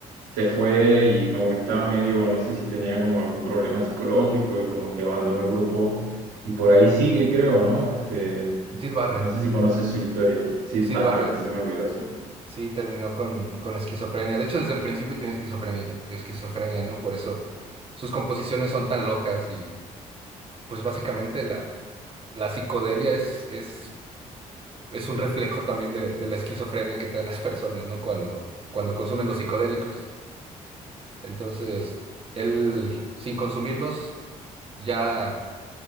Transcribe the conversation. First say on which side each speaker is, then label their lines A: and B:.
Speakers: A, on the right; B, on the right.
A: se fue y como que estaba medio, no sé si tenía como algún problema psicológico y como que abandonó el grupo y por ahí sigue, creo, ¿no? Este,
B: Sid Barrett,
A: no sé si conoces su historia. Sid
B: Sid
A: Barrett,
B: Barrett,
A: se me olvidó. su-
B: sí, terminó con, con esquizofrenia. De hecho, desde el principio tenía esquizofrenia, esquizofrenia, ¿no? Por eso sus composiciones son tan locas y pues básicamente la, la psicodelia es, es, es un reflejo también de, de la esquizofrenia que traen las personas, ¿no? Cuando, cuando consumen los psicodélicos. Entonces, él, sin consumirlos, ya...